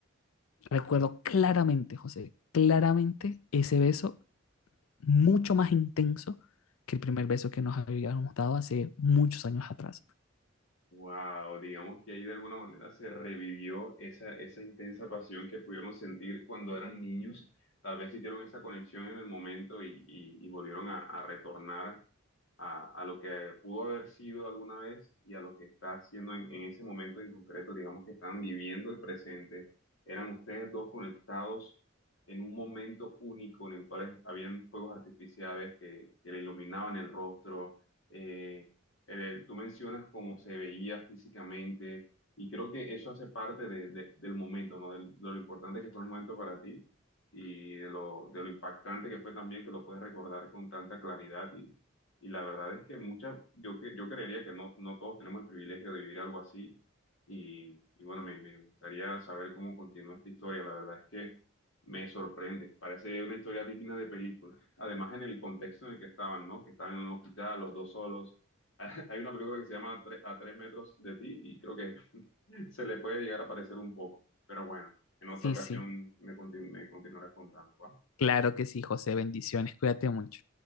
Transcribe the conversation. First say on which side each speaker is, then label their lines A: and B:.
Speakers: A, on the left (about 85°); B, on the left (about 70°).
A: recuerdo claramente, José, claramente ese beso mucho más intenso que el primer beso que nos habíamos dado hace muchos años atrás.
B: Wow, digamos que ahí de alguna manera se revivió esa, esa intensa pasión que pudieron sentir cuando eran niños. Tal vez hicieron esa conexión en el momento y, y- y volvieron a, a retornar a, a lo que pudo haber sido alguna vez y a lo que está haciendo en, en ese momento en concreto, digamos que están viviendo el presente, eran ustedes dos conectados en un momento único en el cual habían fuegos artificiales que, que le iluminaban el rostro, eh, el- tú mencionas cómo se veía físicamente y creo que eso hace parte de- de- del momento, ¿no? Del- de lo importante que fue el momento para ti. y de lo, de lo impactante que fue también que lo puedes recordar con tanta claridad y la verdad es que muchas, yo, que- yo creería que no, no todos tenemos el privilegio de vivir algo así. Y, y bueno, me, me gustaría saber cómo continúa esta historia. La verdad es que me sorprende. Parece una historia digna de película. Además, en el contexto en el que estaban, ¿no? Que estaban en un hospital, los dos solos. <laughs> Hay una película que se llama A Tre- A tres metros de ti y creo que <laughs> se le puede llegar a parecer un poco. Pero bueno, en otra
A: Sí,
B: ocasión
A: sí,
B: me, continu- me continuarás contando, ¿va?
A: claro que sí, José, bendiciones, cuídate mucho.